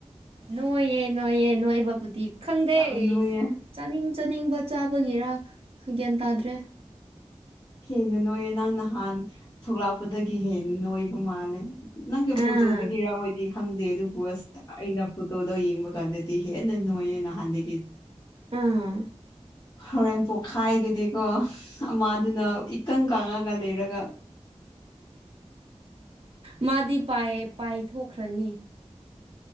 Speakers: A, on the right; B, on the left.
A: ꯅꯣꯏꯌꯦ ꯅꯣꯏꯌꯦ ꯅꯣꯏ ꯕꯥꯕꯨꯗꯤ ꯈꯪꯗꯦ
B: ꯌꯥꯝ ꯅꯣꯏꯌꯦ
A: ꯆꯥꯅꯤꯡ ꯆꯥꯅꯤꯡꯕ ꯆꯥꯕꯒꯤꯔꯥꯛ ꯒ꯭ꯌꯥꯟ ꯇꯥꯗ꯭ꯔꯦ
B: ꯍꯦꯟꯅ ꯅꯣꯏꯌꯦꯦ ꯅꯪ ꯅꯍꯥꯟ ꯊꯣꯛꯂꯛꯄꯗꯒꯤ ꯍꯦꯟꯅ ꯅꯣꯏꯕ ꯃꯥꯜꯂꯦ ꯅꯪꯒꯤ
A: ꯑꯥ
B: ꯐꯣꯇꯣꯗꯒꯤꯔꯥꯑꯣꯏꯗꯤ ꯈꯪꯗꯦ ꯑꯗꯨꯕꯨ ꯑꯁ ꯑꯩꯅ ꯀ ꯇꯧꯗꯣ ꯌꯦ ꯏꯡꯕ ꯀꯥꯟꯗꯦꯇꯤ ꯍꯦ ꯅꯣꯏ ꯅꯅꯥꯍꯥꯟꯗꯦꯒꯤ
A: ꯑꯥ
B: ꯍꯣꯔꯦꯟ ꯄꯣꯛꯈꯥꯏꯒꯅꯤꯀꯣ ꯑꯃꯥꯗꯨꯅ ꯏꯀꯪ ꯀꯪꯉꯒ ꯂꯩꯔꯒ
A: ꯃꯥꯗꯤ ꯄꯥꯏꯊꯈ꯭ꯔꯅꯤ